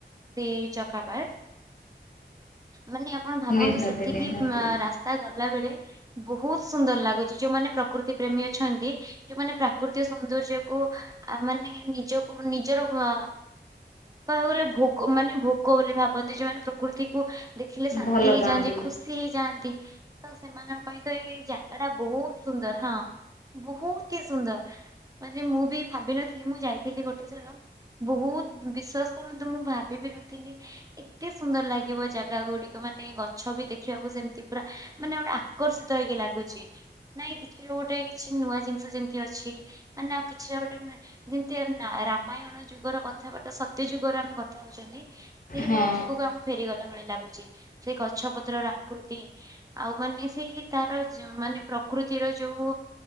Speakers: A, on the right; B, on the left.
A: ସେ ଚକାବାର ମାନେ ଆପଣ ଭାବନ୍ତୁ
B: ନିହାତି
A: ସେତିକି
B: ନିହାତି
A: ରାସ୍ତା ଗଲାବେଳେ ବହୁତ ଲାଗୁଛି ଯୋଉମାନେ ପ୍ରକୃତି ପ୍ରେମୀ ଅଛନ୍ତି ଯୋଉମାନେ ପ୍ରାକୃତିକ ସୌନ୍ଦର୍ଯ୍ୟ କୁ ଆ ମାନେ ନିଜକୁ ନିଜର ଅ କହିବାକୁ ଗଲେ ଭୋଗ ମାନେ ଭୋଗ ବୋଲି ଭାବନ୍ତି ଯୋଉମାନେ ପ୍ରକୃତିକୁ ଦେଖିଲେ ଶାନ୍ତି
B: ଭଲ
A: ହେଇଯାଆନ୍ତି
B: ପାଆନ୍ତି
A: ଖୁସି ହେଇଯାଆନ୍ତି। ତ ସେମାନଙ୍କ ପାଇଁ ତ ଏଇ ଜାଗା ଟା ବହୁତ ସୁନ୍ଦର ହଁ ବହୁତୁ ହି ସୁନ୍ଦର ମାନେ ମୁଁ ବି ଭାବିନଥିଲି ମୁଁ ଯାଇଥିଲି ଗୋଟେ ଥର ବହୁତ ବିଶ୍ଵାସ କରନ୍ତୁ ମୁଁ ଭାବି ବି ନଥିଲି ଏତେ ସୁନ୍ଦର ଲାଗିବ ଜାଗା ଗୁଡିକ ମାନେ ଗଛ ବି ଦେଖିବାକୁ ସେମିତି ପୁରା ମାନେ ଗୋଟେ ଆକର୍ଷିତ ହେଇକି ଲାଗ ହୋଉଛି ନାଇଁ କିଛି ଗୋଟେ କିଛି ନୂଆ ଜିନିଷ ଯେମିତି ଅଛି ମାନେ ଆଉ କିଛିଟା ଗୋଟେ ଯେମିତି ରାମାୟଣ ଯୁଗର କଥାବାର୍ତ୍ତା ସତ୍ୟ ଯୁଗର ଆମେ କଥା ହଉଛନ୍ତି ସେଇଭଳି
B: ହଁ
A: ଯୁଗକୁ ଆମକୁ ଫେରିଗଲା ଭଳି ଲାଗ ସେ ଗଛ ପତ୍ରର ଆକୃତି ଆଉ ମାନେ ସେଇ ତାର ଯଉ ମାନେ ପ୍ରକୃତିର ଯୋଉ